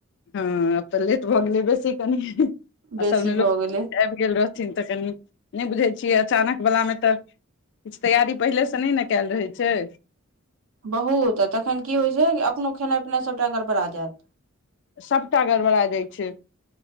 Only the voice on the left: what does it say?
हँ अत्त लेट भ गेलै बेसी कनी।
असलमे
लोक
आबि गेल रहथिन तऽ कनि नहि बुझै छियै अचानक वलामे तऽ किछु तैयारी पहिलेसँ नहि ने कयल रहै छै
सभटा गड़बड़ा जाइ छै